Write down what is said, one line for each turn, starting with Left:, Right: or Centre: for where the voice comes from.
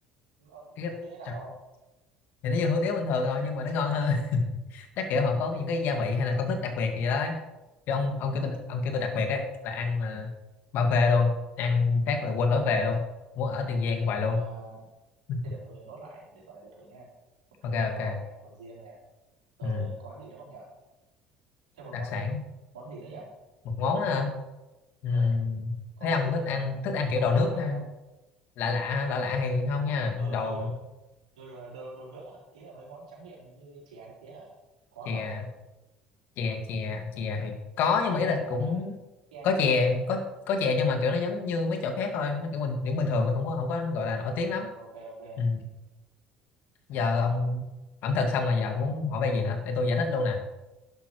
Right: nó,
Left: cái cái-
Right: nó như thế nào
Left: chắc-
Right: không
Left: thì nó như hủ tiếu bình thường thôi nhưng mà nó ngon hơn <laughs> chắc kiểu họ có những cái gia vị hay là công
Right: Ờ,
Left: thức đặc biệt gì đó ấy. Chứ ông ông kêu tôi ông
Right: ừ,
Left: kêu tôi đặc biệt ấy là ăn mà bao phê luôn ăn phát là quên lối
Right: ừ.
Left: về luôn muốn ở Tiền Giang
Right: Thế để
Left: hoài
Right: tôi
Left: luôn
Right: ờ,
Left: <laughs>
Right: thế để tôi nốt lại để sau này tôi thử nha hủ tướng
Left: ok
Right: Mỹ Tho
Left: ok
Right: nè, sầu riêng nè, rồi
Left: ừ.
Right: ờ, có gì nữa không nhỉ thêm một
Left: đặc
Right: món
Left: sản
Right: nữa đi món gì nữa nhỉ
Left: một món nữa hả ừ.
Right: ờ có
Left: thấy
Right: cái
Left: ông
Right: gì
Left: thích
Right: ờ,
Left: ăn thích ăn
Right: lạ
Left: kiểu đồ
Right: lạ
Left: nước
Right: ăn
Left: ha
Right: không
Left: lạ lạ lạ lạ thì không nha
Right: ờ ờ,
Left: đồ
Right: ờ, ờ, ờ, đồ, đồ nước ý là mấy món tráng miệng như chè này kia hả có
Left: chè
Right: không
Left: chè chè chè thì có nhưng
Right: thì
Left: mà ý
Right: hay
Left: là
Right: là
Left: cũng
Right: kem
Left: có chè
Right: gì đó
Left: có có chè nhưng mà kiểu nó giống như mấy chỗ khác thôi nó kiểu bình những bình thường không có không có gọi là nổi
Right: à
Left: tiếng lắm
Right: ok ok
Left: ừ. giờ ông ẩm thực xong rồi giờ ông muốn hỏi về gì nữa để tôi giải thích luôn nè